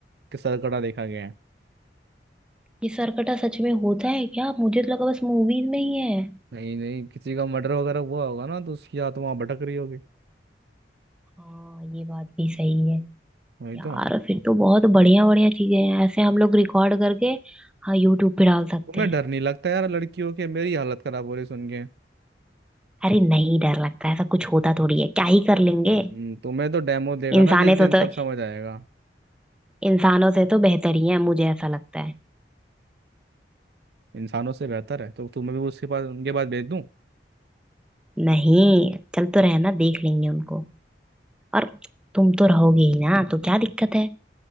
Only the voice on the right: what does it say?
कि सरकटा देखा गया है
नहीं नहीं किसी का मर्डर वगैरह हुआ होगा ना तो उसकी आत्मा वहां भटक रही होगी
वही
तो
तुम्हें
डर नहीं लगता यार लड़कियों के मेरी हालत खराब हो रही सुन के
हम्म, तुम्हें तो डेमो देगा
ना जिस दिन
तब समझ आएगा
इंसानों से बेहतर है तो तुम्हें भी उसके पास उनके पास भेज दूं